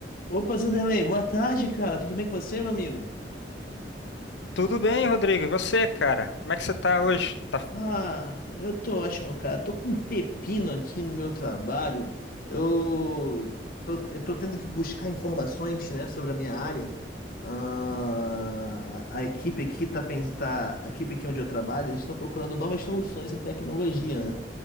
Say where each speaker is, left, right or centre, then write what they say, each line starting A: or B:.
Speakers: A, on the left (about 55°); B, on the left (about 75°).
A: Opa, Zanderlei, boa tarde, cara. Tudo bem com você, meu amigo?
B: Tudo bem, Rodrigo? E você, cara? Como é que você tá hoje? Tá...
A: Ah, eu tô ótimo, cara. Tô com um pepino aqui no meu trabalho. Eu tô, eu tô tendo que buscar informações, né, sobre a minha área. Ah, a equipe aqui tá, pens- tá, a equipe aqui onde eu trabalho, eles estão procurando novas soluções em tecnologia, né?